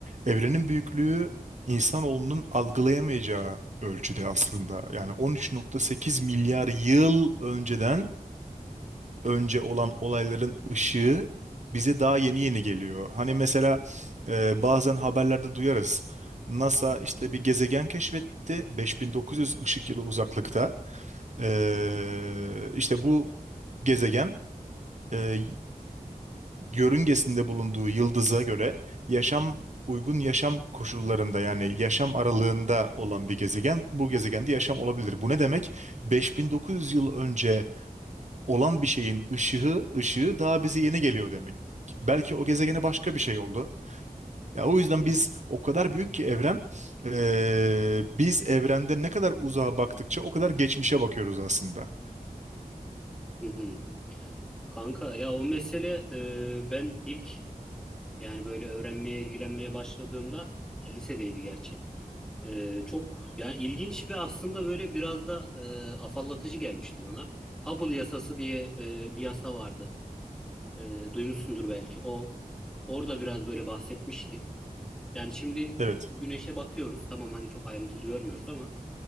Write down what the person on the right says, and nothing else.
Evrenin büyüklüğü insanoğlunun algılayamayacağı ölçüde aslında. Yani 13.8 milyar yıl önceden önce olan olayların ışığı bize daha yeni yeni geliyor. Hani mesela e, bazen haberlerde duyarız. NASA işte bir gezegen keşfetti 5900 ışık yılı uzaklıkta. E,
işte bu gezegen e, yörüngesinde bulunduğu yıldıza göre yaşam uygun yaşam koşullarında yani yaşam aralığında olan bir gezegen bu gezegende yaşam olabilir. Bu ne demek? 5900 yıl önce olan bir şeyin ışığı ışığı daha bize yeni geliyor demek. Belki o gezegene başka bir şey oldu. Ya o yüzden
biz
o kadar büyük ki evren, eee, biz evrende ne kadar uzağa baktıkça o kadar geçmişe bakıyoruz aslında.
Evet.